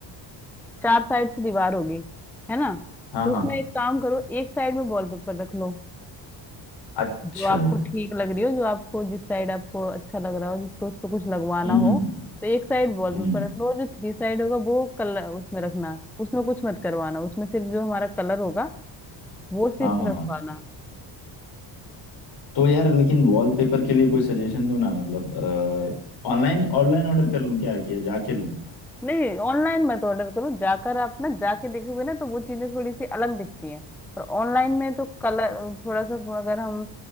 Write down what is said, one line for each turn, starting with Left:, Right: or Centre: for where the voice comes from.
Centre: चार साइड से दीवार होगी है ना
Left: हाँ
Centre: तो
Left: हाँ
Centre: उसमें एक काम करो एक साइड में वॉलपेपर रख लो
Left: अच्छा
Centre: जो आपको
Left: हम्म
Centre: ठीक लग रही हो जो आपको जिस साइड आपको अच्छा लग रहा हो जिसको उस पर कुछ लगवाना
Left: हम्म
Centre: हो
Left: हम्म,
Centre: तो एक साइड वॉलपेपर
Left: हम्म।
Centre: रख लो और जो थ्री साइड होगा वो कलर उसमें रखना उसमें कुछ मत करवाना उसमें सिर्फ जो हमारा कलर होगा वो सिर्फ
Left: हाँ हाँ
Centre: रखवाना
Left: हाँ तो यार लेकिन वॉलपेपर के लिए कोई सजेशन दो ना मतलब ऑनलाइन ऑनलाइन ऑर्डर कर लूँ क्या कि जाके लूँ
Centre: नहीं ऑनलाइन मत ऑर्डर करो जाकर आप ना जाके देखोगे ना तो वो चीजें थोड़ी सी अलग दिखती हैं और ऑनलाइन में तो कलर थोड़ा सा अगर हम